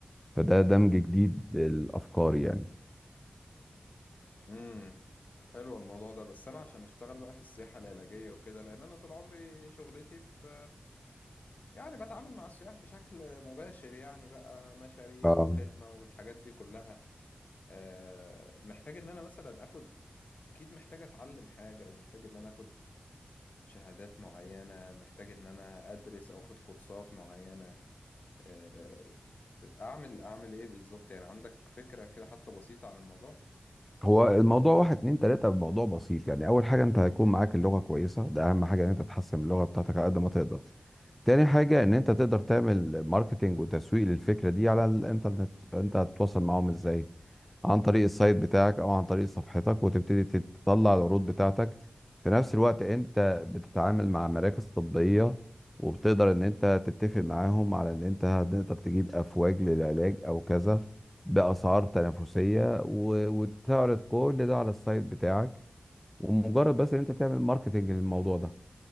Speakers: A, in the centre; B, on the left (about 60°).
A: فده دمج جديد للافكار يعني
B: امم حلو الموضوع ده بس انا عشان اشتغل بقى في السياحة العلاجية وكده لان انا طول عمري شغلتي في يعني بتعامل مع السياح بشكل مباشر يعني بقى مشاريب
A: آه.
B: وخدمة والحاجات دي كلها آه، محتاج ان انا مثلا اخد اكيد محتاج اتعلم حاجة او محتاج ان انا اخد شهادات معينة محتاج ان انا ادرس او اخد كورسات معينة آه، اعمل اعمل ايه بالظبط يعني عندك فكرة كده حتى بسيطة عن الموضوع
A: هو الموضوع واحد اتنين تلاتة الموضوع بسيط يعني أول حاجة أنت هيكون معاك اللغة كويسة ده أهم حاجة إن أنت تحسن من اللغة بتاعتك على قد ما تقدر تاني حاجة إن أنت تقدر تعمل ماركتينج وتسويق للفكرة دي على الإنترنت أنت هتتواصل معاهم إزاي عن طريق السايت بتاعك او عن طريق صفحتك وتبتدي تطلع العروض بتاعتك في نفس الوقت انت بتتعامل مع مراكز طبية وبتقدر ان انت تتفق معاهم على ان انت هتقدر تجيب افواج للعلاج او كذا باسعار تنافسية و- وتعرض كل ده على السايت بتاعك ومجرد بس ان انت تعمل ماركتنج للموضوع ده